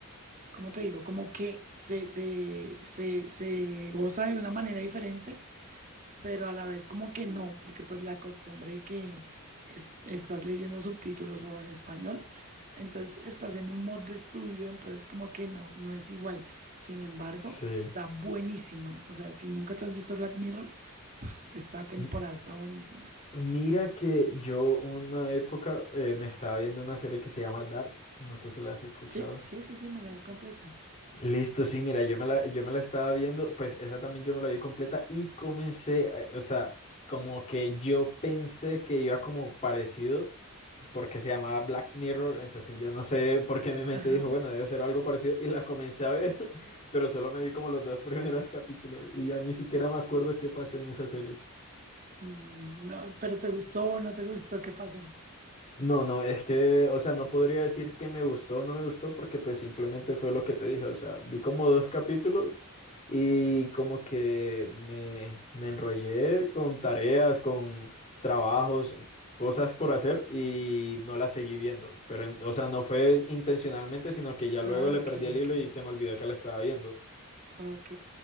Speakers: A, on the right; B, on the left.
A: ¿cómo te digo? Como que se, se, se, se goza de una manera diferente, pero a la vez como que no, porque pues la costumbre que es- estás leyendo subtítulos o en español, entonces estás en un mod de estudio, entonces como que no, no es igual. Sin embargo,
B: sí.
A: está buenísima. O sea, si nunca te has visto Black Mirror, esta temporada
B: M-
A: está buenísima.
B: Mira que yo una época eh, me estaba viendo una serie que se llama Dark, no sé si la has escuchado.
A: Sí, sí, sí, sí, me la vi completa.
B: Listo, sí, mira, yo me la, yo me la estaba viendo, pues esa también yo me la vi completa y comencé, eh, o sea, como que yo pensé que iba como parecido. porque se llamaba Black Mirror, entonces yo no sé por qué mi mente
A: ajá
B: dijo, bueno, debe ser algo parecido y la comencé a ver, <laughs> pero solo me vi como los dos <laughs> primeros capítulos y ya ni siquiera me acuerdo qué pasa en esa serie.
A: Mm, No, pero ¿te gustó no te gustó? ¿Qué pasó?
B: No, no, es que, o sea, no podría decir que me gustó o no me gustó porque pues simplemente fue lo que te dije, o sea, vi como dos capítulos y como que me, me enrollé con tareas, con trabajos, cosas por hacer y no las seguí viendo, pero, en- o sea, no fue intencionalmente, sino que ya luego
A: Ah,
B: le
A: ok,
B: perdí el
A: ok,
B: hilo y se me olvidó que la estaba viendo.
A: ok.